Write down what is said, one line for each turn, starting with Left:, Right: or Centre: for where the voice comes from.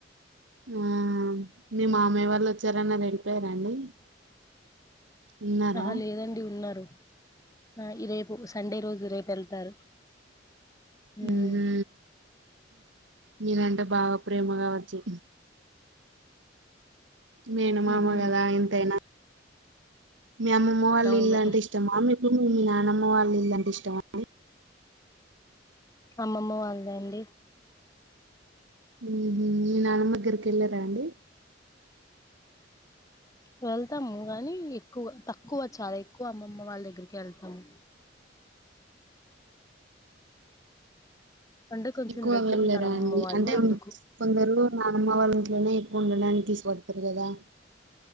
Right: ఆ మీ మామయ్య వాళ్ళు వచ్చారు రాంగానే వెళ్ళిపోయారండి ఉన్నారా
Left: ఆహా లేదండి ఉన్నారు ఆ ఈ రేపు సండే రోజు రేపు వెళ్తారు ఉమ్
Right: ఊహూ మీరంటే బాగా ప్రేమగా వచ్చి మేన మామగదా
Left: ఉహు
Right: ఎంతైనా మీ అమ్మమ్మ వాళ్ళ
Left: అవును
Right: ఇల్లంటే ఇష్టమా మా మీకు మీకు మీ నానమ్మ వాళ్ళ ఇల్లంటే ఇష్టమా అండి
Left: అమ్మమ్మ వాళ్ళదా అండి
Right: మీ నానమ్మ దగ్గరికి వెళ్ళరా అండి
Left: వెళ్తాము గాని ఎక్కువ తక్కువ చాలా ఎక్కువ అమ్మమ్మ వాళ్ళ ఇ దగ్గరికి వెళ్తాము అంటే కొంచెం
Right: ఎక్కువ
Left: దగ్గర
Right: వెళ్ళరా
Left: ఉంటారు అమ్మమ్మ
Right: అండి
Left: వాళ్ళు
Right: అంటే
Left: అందుకు
Right: కొందరు నానమ్మ వాళ్ళ ఇంట్లోనే ఎ ఉండడానికి తీసుపోతారు కదా